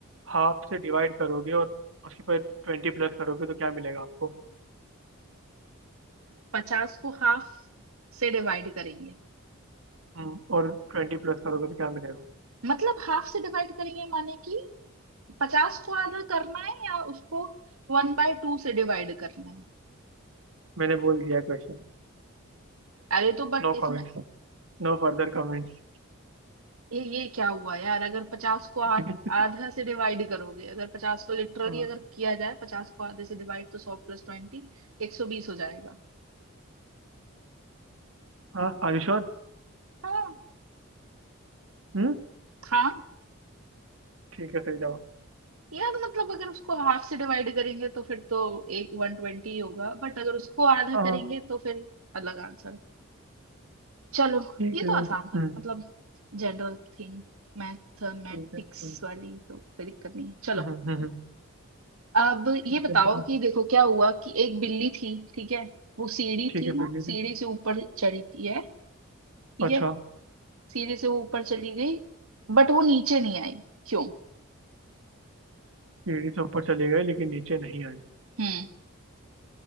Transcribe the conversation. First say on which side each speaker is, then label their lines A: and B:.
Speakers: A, on the right; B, on the right.
A: हाफ से डिवाइड करोगे और उसके पर ट्वेंटी प्लस करोगे तो क्या मिलेगा आपको
B: पचास को हाफ से डिवाइड करेंगे
A: हम्म, और ट्वेंटी प्लस करोगे तो क्या मिलेगा
B: मतलब हाफ से डिवाइड करेंगे माने कि पचास को आधा करना है या उसको वन बाय टू से डिवाइड करना है
A: मैंने बोल दिया question
B: अरे तो बट
A: No
B: इसमें
A: comments no further comments
B: ये ये क्या हुआ यार अगर पचास को आध,
A: <laughs>
B: आधा से डिवाइड करोगे अगर पचास को लिटरली
A: हाँ
B: अगर किया जाए पचास को आधे से डिवाइड तो सौ प्लस ट्वेंटी एक सौ बीस हो जाएगा
A: हाँ आर यू श्योर
B: हाँ
A: हम्म
B: हाँ
A: ठीक है सही जवाब
B: यार मतलब अगर उसको हाफ से डिवाइड करेंगे तो फिर तो एक वन ट्वेंटी होगा बट अगर उसको आधा
A: हाँ हाँ
B: करेंगे तो फिर अलग आंसर चलो
A: ठीक
B: ये
A: है
B: तो
A: हम्म
B: आसान था मतलब जनरल थिंग मैथमेटिक्स
A: ठीक है हम्म
B: वाली तो कोई दिक्कत नहीं है चलो
A: हम्म हम्म, हम्म,
B: अब
A: ठीक
B: ये बताओ
A: है बताओ
B: कि देखो क्या हुआ कि एक बिल्ली थी ठीक है वो सीढ़ी
A: ठीक
B: थी
A: है
B: ना
A: बिल्ली
B: सीढ़ी
A: जी
B: से ऊपर चढ़ी थी है ठीक
A: अच्छा
B: है सीढ़ी से वो ऊपर चली गई बट वो नीचे नहीं आई क्यों
A: सीढ़ी से ऊपर चले गए लेकिन नीचे नहीं आई
B: हम्म